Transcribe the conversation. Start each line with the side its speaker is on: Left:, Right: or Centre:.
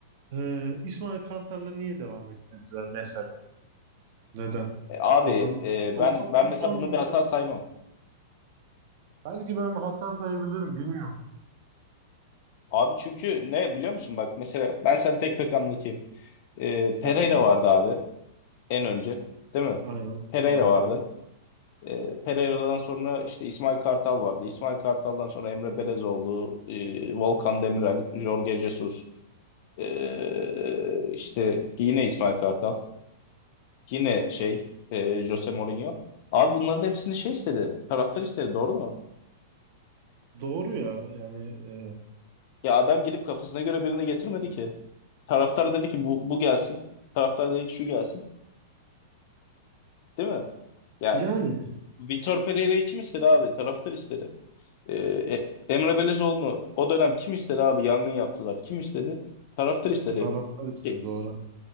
Right: Ee, İsmail Kartal'la niye devam etmediler mesela? Neden?
Left: E, abi
Right: Adam
Left: e,
Right: 99
Left: ben ben mesela
Right: puan
Left: bunu bir
Right: için.
Left: hata saymam.
Right: Belki ben hata sayabilirim bilmiyorum.
Left: Abi çünkü ne biliyor musun bak mesela ben sana tek tek anlatayım. E, Pereira
Right: Tabii ki.
Left: vardı abi en önce değil mi?
Right: Aynen.
Left: Pereira
Right: Aynen.
Left: vardı. E, Pereira'dan sonra işte İsmail Kartal vardı. İsmail Kartal'dan sonra Emre Belezoğlu, e, Volkan Demirel, Jorge Jesus, e, işte yine İsmail Kartal, yine şey e, Jose Mourinho. Abi bunların hepsini şey istedi, taraftar istedi doğru mu?
Right: Doğru ya. Yani e,
Left: Ya adam girip kafasına göre birini getirmedi ki. Taraftar dedi ki bu, bu gelsin. Taraftar dedi ki şu gelsin. Değil mi? Ya
Right: yani
Left: e, Vitor Pereira'yı kim istedi abi? Taraftar istedi. Ee, E, Emre Belezoğlu'nu o dönem kim istedi abi? Yangın yaptılar. Kim istedi? Taraftar istedi.
Right: taraftar işte
Left: E,
Right: doğru.